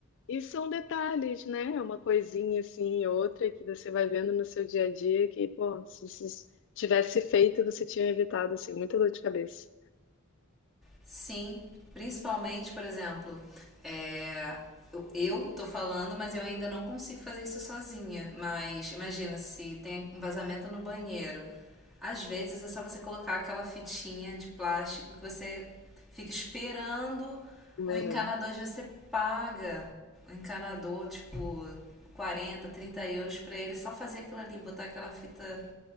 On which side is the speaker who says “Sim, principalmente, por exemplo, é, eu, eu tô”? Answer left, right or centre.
Centre